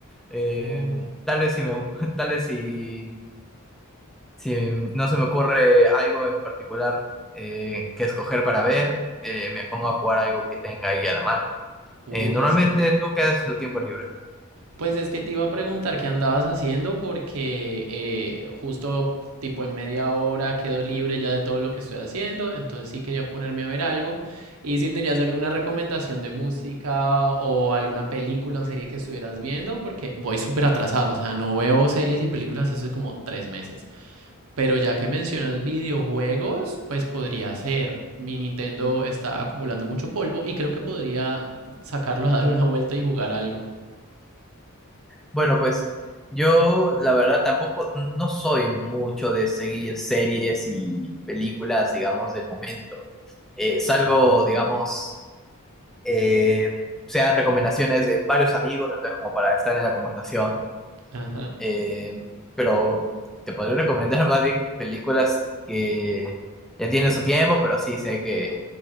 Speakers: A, in the centre; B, on the right.
A: Eh,
B: Oh,
A: tal vez si me, abu- <laughs> tal vez si si em, no se me ocurre algo en particular eh, que escoger para ver, eh, me pongo a jugar algo que tenga ahí a la mano.
B: uy,
A: Eh, normalmente,
B: sí.
A: ¿tú qué haces en tu tiempo libre?
B: Pues es que te iba a preguntar qué andabas haciendo porque eh, justo tipo en media hora quedo libre ya de todo lo que estoy haciendo, entonces sí quería ponerme a ver algo y si tenías alguna recomendación de música o alguna película o serie que estuvieras viendo porque voy súper atrasado, o sea, no veo series y películas hace como tres meses. Pero ya que mencionas videojuegos, pues podría ser. Mi Nintendo está acumulando mucho polvo y creo que podría sacarlo a dar una vuelta y jugar algo.
A: Bueno, pues yo la verdad tampoco, n- no soy mucho de seguir series y películas, digamos, del momento. Eh, salvo, digamos, eh, sean recomendaciones de varios amigos, entonces como para estar en la conversación.
B: Ajá.
A: eh, pero te podría recomendar más bien películas que ya tienen su tiempo, pero sí sé que